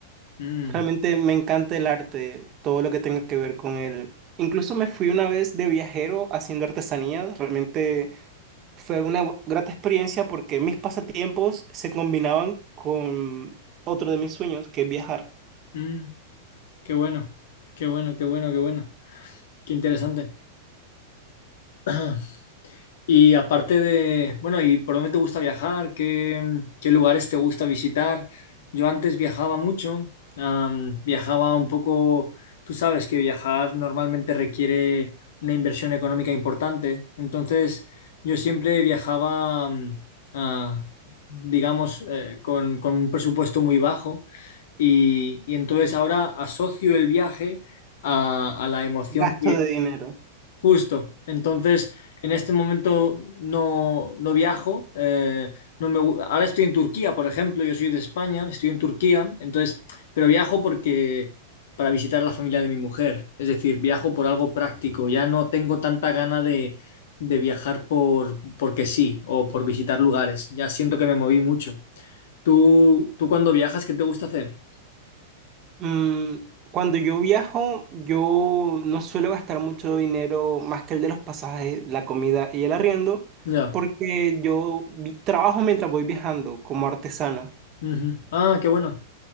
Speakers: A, on the left (about 60°); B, on the right (about 35°).
A: Mm,
B: Realmente me encanta el arte, todo lo que tenga que ver con él. Incluso me fui una vez de viajero haciendo artesanía. Realmente fue una bu- grata experiencia porque mis pasatiempos se combinaban con otro de mis sueños, que es viajar.
A: mm, qué bueno, qué bueno, qué bueno, qué bueno. Qué interesante. <clears throat> Y aparte de, bueno, ¿y por dónde te gusta viajar? ¿Qué, mm, qué lugares te gusta visitar? Yo antes viajaba mucho, am, viajaba un poco, tú sabes que viajar normalmente requiere una inversión económica importante, entonces yo siempre viajaba, am, ah, digamos, eh, con, con un presupuesto muy bajo y, y entonces ahora asocio el viaje a, a la emoción
B: Gasto de dinero.
A: Justo. Entonces, en este momento no, no viajo. eh, no me, gu- ahora estoy en Turquía, por ejemplo. Yo soy de España, estoy en Turquía. Entonces, pero viajo porque para visitar a la familia de mi mujer. Es decir, viajo por algo práctico. Ya no tengo tanta gana de, de viajar por porque sí o por visitar lugares. Ya siento que me moví mucho. ¿Tú, tú cuando viajas, qué te gusta hacer?
B: Mm, cuando yo viajo, yo no suelo gastar mucho dinero más que el de los pasajes, la comida y el arriendo,
A: Ya.
B: porque yo vi- trabajo mientras voy viajando como artesano.
A: Ujú. Ah, qué bueno.